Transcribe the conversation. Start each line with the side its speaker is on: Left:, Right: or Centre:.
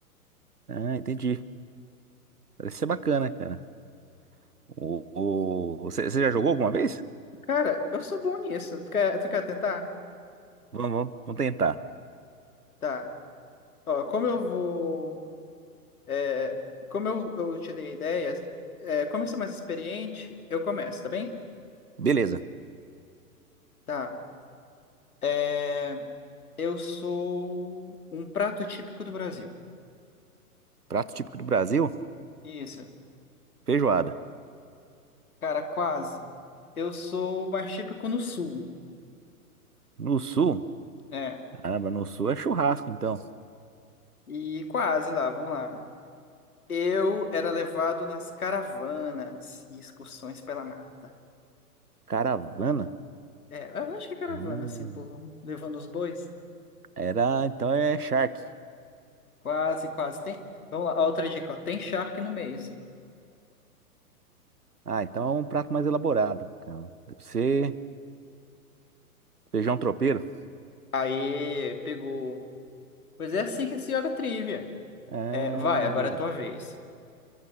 Right: Ah, entendi. Parece ser bacana, cara. O, o- você, você já jogou alguma vez?
Left: Cara, eu sou bom nisso. Tu quer, tu quer tentar?
Right: Vamos, vamos, vamos tentar.
Left: Tá. Ó, como eu vou. é, Como eu, eu te dei ideias, é, como eu sou mais experiente, eu começo, tá bem?
Right: Beleza.
Left: Tá. É. Eu sou um prato típico do Brasil.
Right: Prato típico do Brasil,
Left: Isso.
Right: feijoada.
Left: Cara, quase. Eu sou mais típico no sul.
Right: No sul,
Left: É.
Right: caramba, no sul é churrasco, então.
Left: E quase lá, vamos lá. Eu era levado nas caravanas e excursões pela mata.
Right: Caravana?
Left: É, eu acho que é caravana,
Right: Hum,
Left: assim, o povo levando os bois.
Right: era, então é charque.
Left: Quase, quase. Tem. Vamos lá, ó, outra dica, ó. Tem charque no meio, assim.
Right: Ah, então é um prato mais elaborado, cara. Deve ser feijão tropeiro.
Left: Aê, pegou. Pois é assim que se joga trivia.
Right: Ah,
Left: É, vai, agora é a tua vez.